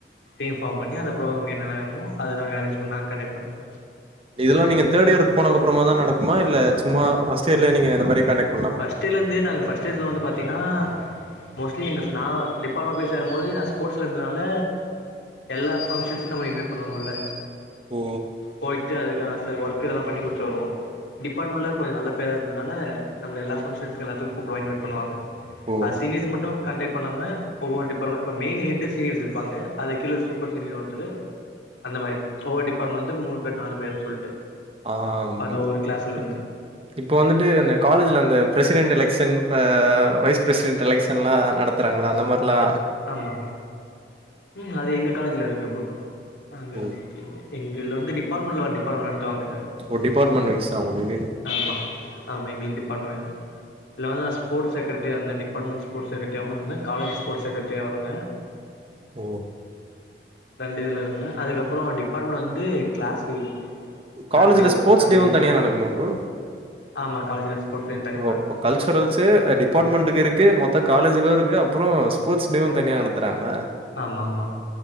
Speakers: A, on the left (about 85°); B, on the right (about 30°).
A: இன்பார்ம் பண்ணி அந்த ப்ரோக்ராமுக்கு என்னென்ன வேணுமோ அத நாங்க அரேஞ் பண்ணி நா கண்டெக்ட் பண்ணுவே
B: இதெல்லா நீங்க தேர்டு இயர் போனதுக்கு அப்புறமா தா நடக்குமா இல்ல சும்மா ஃபர்ஸ்ட் இயர்லயே நீங்க இந்த மாரி கண்டெக்ட் பண்ணலாமா
A: அப்பயலுருந்தே நாங்க ஃபர்ஸ்ட் இயர்ஸ்லா வந்து பா்த்தீங்கன்னா மோஸ்ட்லி எங்க நா டிபார்ட்மெண்ட்ல போயி சேரம்போது நா ஸ்போர்ட்ஸ்ல இருந்தனால எல்லா ஃபங்க்ஷனுக்கு நம்மள இன்வைட் பண்ணுவாங்க உள்ள
B: ஓ
A: போயிட்டு அதுக்கான ஒர்க் இதெல்லா பண்ணி குடுத்துட்டு வருவோ டிப்பார்ட்மெண்ட்ல கொஞ்சோ நல்லா இருந்தனால நம்மள எல்லா பங்க்ஸன்ஸ்க்கு எல்லாத்துக்கு கூப்டுவாங்க இன்வைட் பண்ணுவாங்க
B: ஓ
A: அது சீனியர்ஸ் மட்டும் கண்டெக்ட் பண்ணாம ஒவ்வொரு டிபார்ட்மெண்ட் இப்ப மெயின் ஹெட் சீனியர்ஸ் இருப்பாங்க அதுக்கு கீழ சூப்பர் சீனியர் ஒருத்தரு அந்த மாரி ஒவ்வொரு டிப்பார்ட்மெண்ட்ல இருந்து மூணு பேரு நாலு பேருன்னு சொல்ட்டு
B: ஆம்,
A: அது ஒவ்வொரு கிளாஸ்லருந்து
B: இப்- இப்போ வந்துட்டு அந்த காலேஜ்ல அந்த பிரெசிடென்ட் எலெக்ஸன் அ வைஸ் பிரசிடென்ட் எலெக்ஷன்லா நடத்த விட்றாங்களா அந்த மாதிரிலா
A: ஆமா ம் அது எங்க காலேஜ்ல இருக்கு ப்ரோ ஆ இருந்துச்சு
B: ஓ
A: எங்கள வந்து டிபார்ட்மெண்ட்டில வேர டிபார்ட்மெண்ட் நடத்துவாங்க
B: ஓ டிபார்ட்மெண்ட் வைஸா உங்களுக்கு
A: ஆமா ஆமா எங்களுக்கு டிப்பார்ட்மெண்ட் இதுல வந்து நா ஸ்போர்ட்ஸ் செக்ரட்டியா இருந்த டிபார்ட்மெண்ட் ஸ்போர்ட்ஸ் செக்ரட்டியாவும் இருந்த காலேஜ் ஸ்போர்ட்ஸ் செக்ரட்டியாவும் இருந்த
B: ஓ
A: ரெண்டு இதுல இருந்த அதுக்கப்புறம் டிபார்ட்மெண்ட் வந்து கிளாஸ் இது கிளாஸ்
B: காலேஜ்ல
A: லிடரா
B: ஸ்போர்ட்ஸ்
A: அந்த
B: டேவும்
A: எப்படி
B: தனியா
A: சொல்ல
B: நடக்குமா ப்ரோ
A: ஆமா காலேஜ்ல ஸ்போர்ட்ஸ் டே தனியா
B: ஓ
A: தா
B: அப்போ
A: இருக்கு
B: கல்ச்சுரல் ஸு டிபார்ட்மெண்ட்டுக்கு இருக்கு மொத்த காலேஜ்ல இருக்கு அப்புறம் ஸ்போர்ட்ஸ்டேவும் தனியா நடத்துறாங்களா
A: ஆமா ஆமா